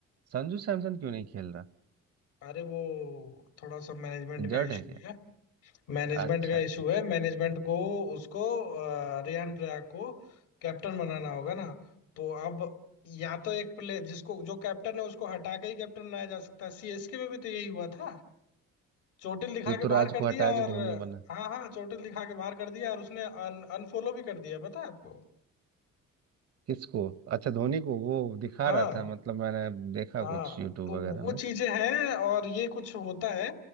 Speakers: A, on the right; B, on the left.
A: संजू सैमसन क्यों नहीं खेल रहा
B: अरे वो थोड़ा सा मैनेजमेंट
A: इंजर्ड
B: का इशू
A: है क्या
B: है मैनेजमेंट
A: अच्छा
B: का
A: अच्छा
B: इशू है मैनेजमेंट को उसको अ, रियान पराग को कैप्टन बनाना होगा ना तो अब या तो एक प्लेयर जिसको जो कैप्टन है उसको हटा के ही कैप्टन बनाया जा सकता है सीएसके में भी तो यही हुआ था चोटिल दिखा
A: अच्छा। ऋतुराज
B: के बाहर कर
A: को हटा
B: दिया
A: के
B: और
A: धोनी बना
B: हाँ हाँ चोटिल दिखा के बाहर कर दिया और उसने अन, अनफॉलो भी कर दिया पता है आपको
A: किसको अच्छा धोनी को वो दिखा
B: हाँ
A: रहा था मतलब मैंने देखा
B: हाँ
A: कुछ यूट्यूब
B: तो
A: वगैरह
B: वो
A: में
B: चीजें हैं और ये कुछ होता है